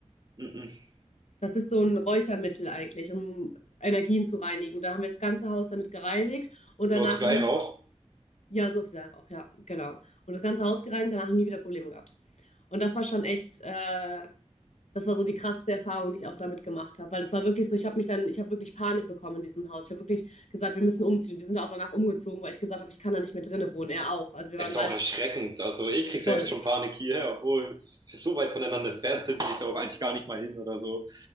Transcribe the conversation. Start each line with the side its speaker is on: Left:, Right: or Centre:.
Right: Mhm.
Left: Das ist so ein Räuchermittel eigentlich, um Energien zu reinigen. Da haben wir das ganze Haus damit gereinigt und danach
Right: Sowas wie Weihrauch
Left: nie ja, so ist es halt auch, ja, genau. Und das ganze Haus gereinigt, danach nie wieder Probleme gehabt. Und das war schon echt äh, das war so die krasseste Erfahrung, die ich auch damit gemacht habe, weil das war wirklich so, ich habe mich dann ich habe wirklich Panik bekommen in diesem Haus. Ich habe wirklich gesagt: „Wir müssen umziehen.“ Wir sind auch danach umgezogen, weil ich gesagt habe: „Ich kann da nicht mehr drinnen wohnen.“ Er auch. Also, wir
Right: Es
Left: waren
Right: ist
Left: beide
Right: auch erschreckend. Also ich krieg selbst
Left: voll.
Right: schon Panik hier, obwohl wir so weit voneinander entfernt sind, will ich da auch eigentlich gar nicht mal hin oder so.